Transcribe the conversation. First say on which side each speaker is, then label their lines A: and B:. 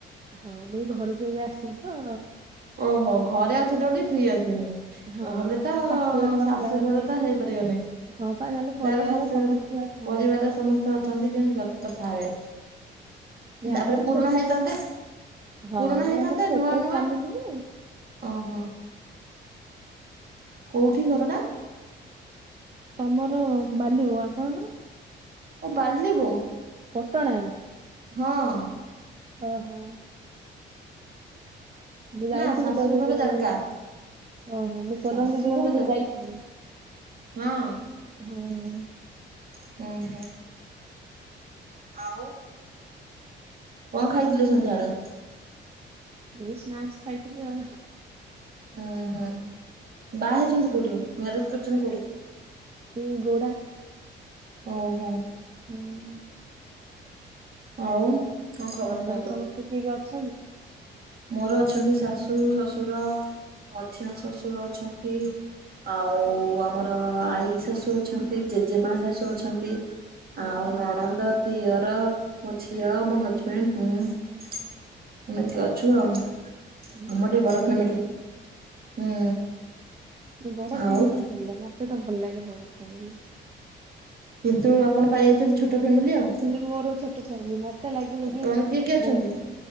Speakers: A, on the right; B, on the right.
A: ହଁ ମୁ ଘରକୁ ଏବେ ଆସିବି ତ।
B: ଓହୋ ଘରେ ଅଛନ୍ତି ବୋଲି ଫ୍ରି ଅଛନ୍ତି।
A: ହଁ ଆଉ
B: ନହେଲେ ତ
A: ଶାଶୁଘରେ ରହିଲା
B: ଶାଶୁ
A: ମାନେ
B: ଘରେ ତ ହେଇପାରିବନି।
A: ହଁ ପା ନହେଲେ ପରିବାରର
B: ତାହାର ଶାଶୁଘରେ
A: ସମସ୍ତେ ହଁ।
B: ପରିବାରର ସମସ୍ତେ ଅଛନ୍ତି କିମିତି କଥା ହେବେ।
A: ଯେ
B: ତାପରେ
A: ଆମର
B: ପୁରୁଣା
A: ଛୋଟ
B: ହେଇଥାନ୍ତେ
A: ହଁ
B: ପୁରୁଣା
A: ନାଇଁ
B: ହେଇଥାନ୍ତେ
A: ଆମର ଛୋଟ
B: ନୂଆ ନୂଆ।
A: ଫ୍ୟାମିଲି ଯେ
B: ଓହୋ। କୋଉଠି ଘରଟା।
A: ତମର ବାଲିବ ଆପଣଙ୍କର।
B: ଓ ବାଲିବୋ।
A: ପଟଣାରେ।
B: ହଁ।
A: ହ ହୋ। ମୁଁ ଯାଇଥିଲି
B: ନା ଶାଶୁଘର
A: ତ ସେ ଯୋଉ
B: ଜାରକା
A: ଓହୋ ମୁଁ ସୋନମ
B: ଶାଶୁଘର
A: ଦିଦିଙ୍କ ଘରୁକୁ
B: ଜାରକା
A: ଯାଇଥିଲି।
B: ହଁ।
A: ହଁ।
B: ହୁଁ ହୁଁ। ଆଉ କଣ ଖାଇଥିଲେ ସନ୍ଧ୍ୟ ଆଡେ।
A: ଏଇ ସ୍ନାକ୍ସ ଖାଇଥିଲି ଆଉ।
B: ଓଁ ହୁଁ ବାହା ହେଇଛନ୍ତି କୋଉଠି ମ୍ୟାରେଜ କରିଛନ୍ତି କୋଉଠି।
A: ଏଇ ଗୋଡ଼ା।
B: ଓହୋ।
A: ହୁଁ।
B: ଆଉ କଣ ଖବର
A: ଆଉ ଘରେ
B: କୁହନ୍ତୁ।
A: ସମସ୍ତେ କିଏ କିଏ ଅଛନ୍ତି?
B: ମୋର ଅଛନ୍ତି ଶାଶୁ ଶଶୁର ମଝିଆ ଶଶୁର ଅଛନ୍ତି। ଆଉ ଆମର ଆଈ ଶାଶୁ ଅଛନ୍ତି ଜେଜେମା ଶାଶୁ ଅଛନ୍ତି।
A: ଓହୋ,
B: ଆଉ ନଣନ୍ଦ ଦିଅର। ମୋ ଝିଅ ମୋ ହଜବେଣ୍ଡ ମୁ ଆମେ ଏତିକ ଅଛୁ ଆଉ।
A: ହୁଁ
B: ଆମର ଟିକେ
A: ବଡ଼
B: ବଡ ଫ୍ୟାମିଲି
A: ଫାମିଲ ରେ।
B: ହୁଁ
A: ବଡ
B: ଆଉ
A: ଫ୍ୟାମିଲି ଭଲ ମତେ ତ ଭଲ ଲାଗେ ବଡ ଫ୍ୟାମିଲି।
B: କିନ୍ତୁ ଆପଣ ପାଇଯାଇଛନ୍ତି ଛୋଟ। ଛୋଟ ଫ୍ୟାମିଲୀ ଆଉ।
A: ହେଲେ ମୋର ଛୋଟ ଫ୍ୟାମିଲି ମତେ ଲାଗିଲେ କି
B: କଣ କିଏ କିଏ ଅଛନ୍ତି?
A: ମୁଁ